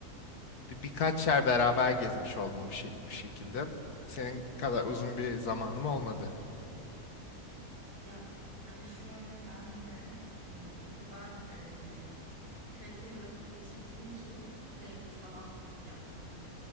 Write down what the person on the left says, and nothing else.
bir, birkaç yer beraber gezmiş oldum bu, şey, bu şekilde. Senin kadar uzun bir zamanım olmadı.